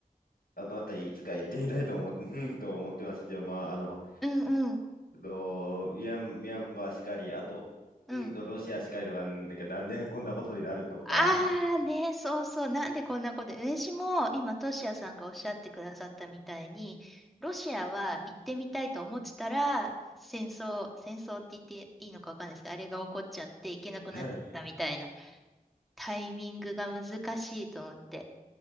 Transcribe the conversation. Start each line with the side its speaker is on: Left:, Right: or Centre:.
Left: あのあたりいつか行ってみたいと思、<laughs> と思ってましたけど、まあ、あの、
Centre: うん、うん、
Left: と、ミャン、ミャンマーしかり、あと、
Centre: うん。
Left: うんと、ロシアしかりとか、なんか、なんでこんなことになるのか。
Centre: ああね、そうそう、なんでこんなこと、私も今、トシヤさんがおっしゃってくださったみたいに、ロシアは行ってみたいと思ってたら、戦争、戦争って言っていいのかわかんないですけど、あれが起こっちゃって行けなくなったみたいな、
Left: はい。
Centre: タイミングが難しいと思って。